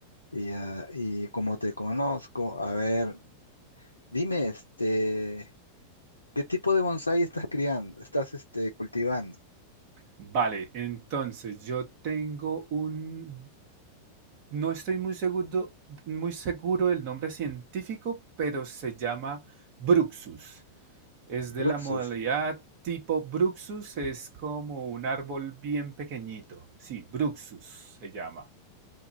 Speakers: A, on the left (about 80°); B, on the right (about 45°).
A: Y, ah, y como te conozco, a ver, dime, este, ¿qué tipo de bonsái estás criando? ¿Estás, este, cultivando?
B: Vale, entonces yo tengo un No estoy muy seguro, muy seguro del nombre científico, pero se llama Bruxus. Es
A: Bruxus.
B: de la modalidad tipo Bruxus, es como un árbol bien pequeñito. Sí, Bruxus se llama.